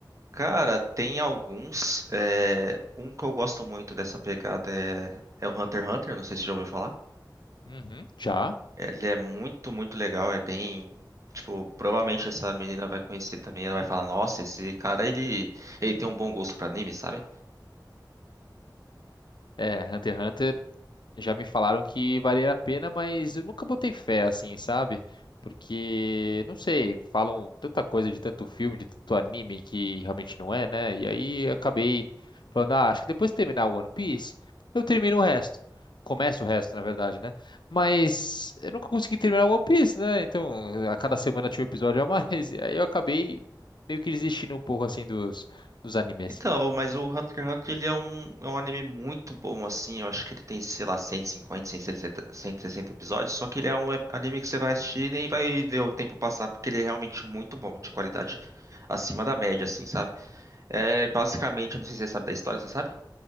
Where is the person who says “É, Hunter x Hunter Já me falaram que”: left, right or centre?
Left